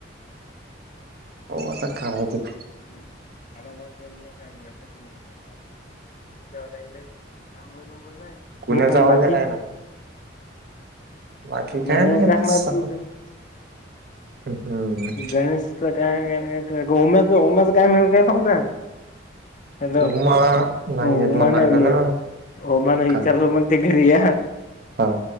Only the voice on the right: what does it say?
होता <inaudible>
कुणाचा आवाज
यायला लागला.
बाकी
काय नाही बस आपण- हम्म
उमा नाही
येत म्हणा
लागलं ना
का
हा